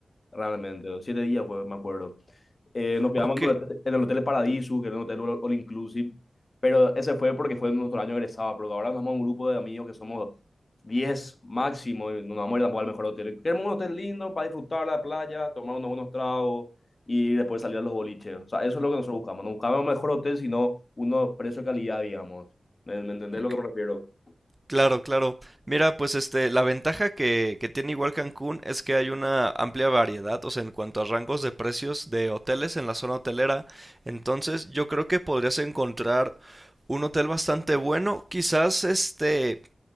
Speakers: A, on the left (about 40°); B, on the right (about 20°).
A: realmente. siete días fue, me acuerdo. Eh, nos quedamos
B: Ok,
A: en el hotel en el Hotel Paradiso, que era un hotel all all inclusive, pero ese fue porque fue nuestro año de egresado, pero ahora nos vamos a un grupo de amigos que somos 10 máximo y no nos vamos a ir tampoco al mejor hotel. Queremos un hotel lindo para disfrutar la playa, tomar unos buenos tragos y después salir a los boliches. O sea, eso es lo que nosotros buscamos. No buscamos un mejor hotel, sino uno precio-calidad, digamos. ¿Me, me entendés
B: ok,
A: lo que me refiero?
B: claro, claro. Mira, pues este, la ventaja que, que tiene igual Cancún es que hay una amplia variedad, o sea, en cuanto a rangos de precios de hoteles en la zona hotelera. Entonces, yo creo que podrías encontrar un hotel bastante bueno, quizás este